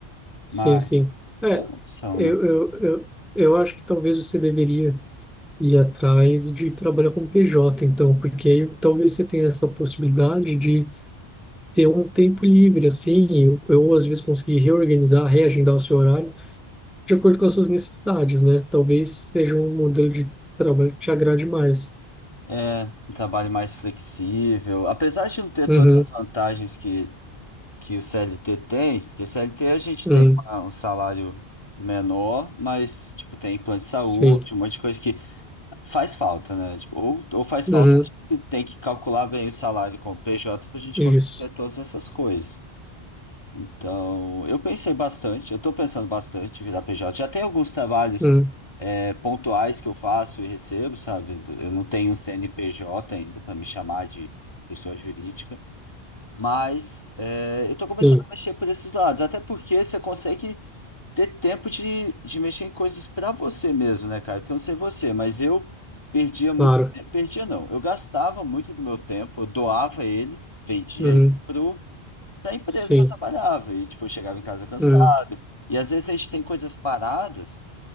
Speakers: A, in the centre; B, on the left.
A: sim,
B: Mas
A: sim. É,
B: é uma opção,
A: eu,
B: né?
A: eu, eu, eu acho que talvez você deveria ir atrás de trabalhar com PJ, então, porque aí talvez você tenha essa possibilidade de ter um tempo livre, assim, eu, eu às vezes conseguir reorganizar, reagendar o seu horário de acordo com as suas necessidades, né? Talvez seja um modelo de trabalho que te agrade mais.
B: É, um trabalho mais flexível. Apesar de não ter
A: Uhum,
B: todas as vantagens que, que o CLT tem, porque CLT a gente
A: uhum,
B: tem uma- um salário menor, mas tipo, tem plano de saúde,
A: sim,
B: um monte de coisa que faz falta, né? Tipo, ou, ou faz
A: uhum,
B: falta, a gente tem que calcular bem o salário com o PJ para a gente
A: isso,
B: conseguir ter todas essas coisas. Então, eu pensei bastante, eu estou pensando bastante em virar PJ. Já tem alguns trabalhos
A: uhum,
B: é, pontuais que eu faço e recebo, sabe? Do- Eu não tenho um CNPJ ainda para me chamar de pessoa jurídica, mas é, eu estou
A: sim,
B: começando a mexer por esses lados, até porque você consegue ter tempo de, de mexer em coisas para você mesmo, né, cara? Porque eu não sei você, mas eu perdia
A: claro,
B: muito tempo, perdia não, eu gastava muito do meu tempo, eu doava ele, vendia
A: uhum,
B: ele pro, pra empresa
A: sim,
B: que eu trabalhava, e tipo, eu chegava em casa cansado,
A: uhum,
B: e às vezes a gente tem coisas paradas